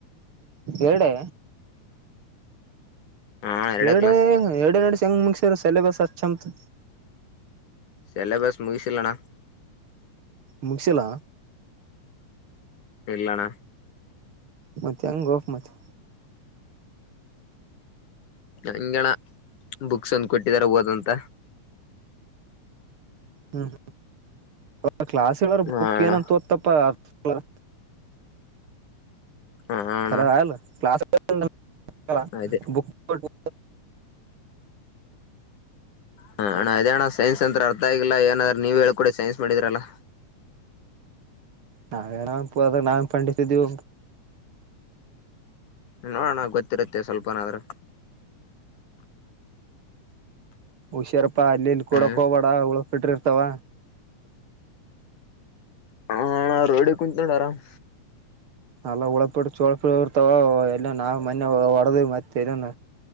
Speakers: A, on the right; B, on the left.
A: ಎರಡೆ
B: ಹಾ
A: ಎರಡೇ
B: ಕ್ಲಾಸ್
A: ಎರಡು ನಡೆಸಿ ಹೆಂಗ್ ಮುಗಸ್ಯಾರ್ ಸೆಲೆಬಸ್ ಅ ಚಂತು.
B: ಸೆಲೆಬಸ್ ಮುಗಿಸಿಲ್ಲಣ.
A: ಮುಗಿಸಿಲ.
B: ಇಲ್ಲಣ್ಣ.
A: ಮತ್ ಹೆಂಗೋ ಮತೆ.
B: ಹಂಗೆಣ ಬುಕ್ಸ್ ತಂದು ಕೊಟ್ಟಿದಾರೆ ಓದಂತ.
A: ಹ್ಮ್ ಹ್ಮ್ ಕ್ಲಾಸ್ ಇರ್ ಬುಕ್
B: ಹಾ ಅಣ್ಣ
A: ಏನ ಅಂತ ತೋತ್ತಪ್ಪ. <inaudible>
B: ಹಾ ಅಣ್ಣ
A: ಕರೆಯಲ್ ಕ್ಲಸ್ <unintelligible>
B: ಅದೇ
A: <inaudible>
B: ಹ ಅಣ್ಣ ಅದೇಣ್ಣ ಸೈನ್ಸ್ ಅಂತ ಅರ್ಥ ಆಗಿಲ್ಲ ಏನಾದ್ರ ನೀವ್ ಹೇಳ್ಕೊಡಿ ಸೈನ್ಸ್ ಮಾಡಿದ್ರಲ್ಲಾ.
A: ನಾವೇಣ ಪ ಅದ ನಾವೇನಾ ಪಂಡಿತ ಇದೀವ.
B: ನೋಡೋಣ ಗೊತ್ತಿರುತ್ತೆ ಸ್ವಲ್ಪನಾದ್ರ.
A: ಉಷಾರಪ್ ಆಲ್ ಇಲ್ ಕೊಡಕ್
B: ಹ್ಮ್
A: ಹೋಗ್ಬೇಡ ಅವಳು ಪಿಟ್ರಿರ್ತಾವ.
B: ಹ ಅಣ ರೋಡಿ ಕುಂತಿನಿ ಅಣ ಆರಾಮ್
A: ಅಲ್ಲ ಉಳಪ ಚೋಳ ಇರ್ತಾವ ಎಲ್ಲ ನಾವ್ ಮೊನ್ನೆ ಹೊಡೆದಿವಿ ಮತ್ತೆ ಏನೇನ್